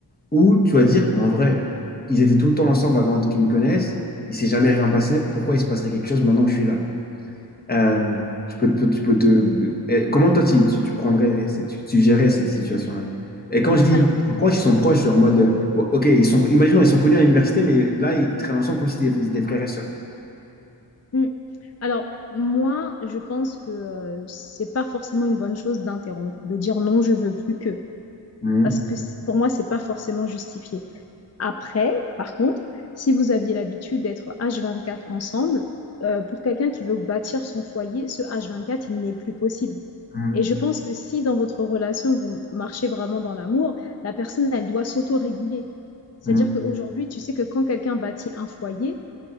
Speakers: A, on the left (about 20°); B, on the left (about 35°).
A: ou tu vas dire, Mais en vrai, ils étaient tout le temps ensemble avant qu'ils me connaissent, il s'est jamais rien passé, pourquoi il se passerait quelque chose maintenant que je suis là? Euh, tu peux, te- tu peux te- eh, comment toi, tu, tu, tu prendrais, cette- tu, tu gérerais cette situation-là? Et quand je dis
B: Alors,
A: proches, ils sont proches, genre en mode, euh, bon, ok, ils sont, imaginons, ils sont connus à l'université, mais là, ils, ils traînent ensemble comme si c'était des frères et sœurs.
B: mm. Alors, moi, je pense que euh, c'est pas forcément une bonne chose d'interrompre, de dire non, je veux plus que,
A: Mhm,
B: parce que c- pour moi, c'est pas forcément justifié. Après, par contre, si vous aviez l'habitude d'être H24 ensemble, euh, pour quelqu'un qui veut bâtir son foyer, ce H24, il n'est plus possible.
A: mhm,
B: Et je pense que si dans votre relation, vous marchez vraiment dans l'amour, la personne, elle doit s'auto-réguler. C'est-à-dire
A: mhm.
B: qu'aujourd'hui, tu sais que quand quelqu'un bâtit un foyer,